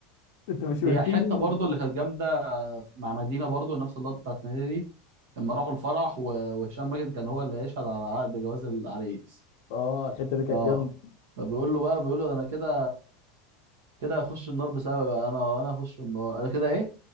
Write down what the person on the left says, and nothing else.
انت مش قلت
لي
اه الحته دي كانت
جامده